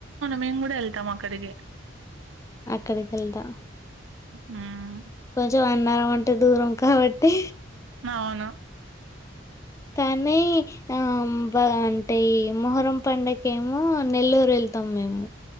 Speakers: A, on the right; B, on the left.
A: మేం కూడా వెళ్తాం అక్కడికే
B: అక్కడికెళ్తా
A: హ్మ్.
B: కొంచం అ మనమంటే దూరం కాబట్టి
A: అవును.
B: కానీ ఆ బ అంటే ఈ మొహరం పండగేమో నెల్లూరు వెళ్తాం మేము